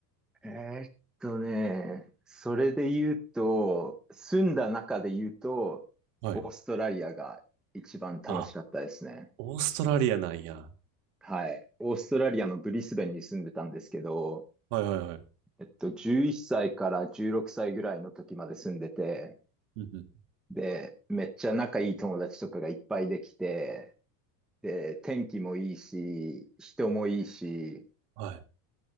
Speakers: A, in the centre; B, on the right.
A: えーっとね、それで言うと、住んだ中で言うと、
B: はい。
A: オーストラリアが一番楽しかったですね。
B: あ、オーストラリアなんや。
A: はい。オーストラリアのブリスベンに住んでたんですけど、
B: はいはいはい。
A: えっと、11歳から16歳ぐらいの時まで住んでて、
B: うんうん。
A: で、めっちゃ仲いい友達とかがいっぱいできて、で、天気もいいし、人もいいし、
B: はい。